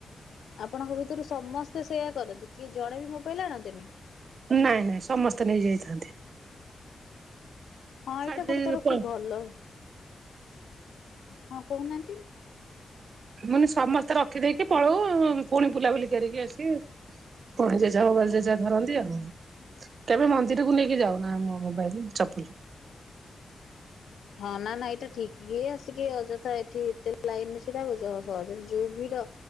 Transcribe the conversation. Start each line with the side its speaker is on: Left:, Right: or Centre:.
Left: ଆପଣଙ୍କ ଭିତରୁ ସମସ୍ତେ ସେଇୟା କରନ୍ତି କିଏ ଜଣେ ବି ମୋବାଇଲ ଆଣନ୍ତିନି।
Right: ନାଇଁ ନାଇଁ ସମସ୍ତେ ନେଇଯାଇଥାନ୍ତି।
Left: ହଁ
Right: ଛାଡି
Left: ଏଇଟା ଗୋଟେ
Right: ଦେଇକି
Left: ତରଫରୁ ଭଲ, ହଁ କହୁନାହାନ୍ତି।
Right: ମାନେ ସମସ୍ତେ ରଖିଦେଇକି ପଳଉ ପୁଣି ବୁଲାବୁଲି କରିକି ଆସି ପୁଣି ଜେଝା ଭୋଗ ଜେଝା ଧରନ୍ତି ଆଉ କେବେ ମନ୍ଦିରକୁ ନେଇକି ଯାଉ। ନା ମୋ ମୋବାଇଲି ଚପ୍ ଲି।
Left: ହଁ -ନା -ନା ଏଇଟା ଠିକ୍ କିଏ ଆସିକି ଅଯଥା ଏ ଏଠି ଏତେ ଲାଇନ୍ ରେ ଛିଡା ହବ ସହ- ସହଜରେ ଯଉ ଭିଡ।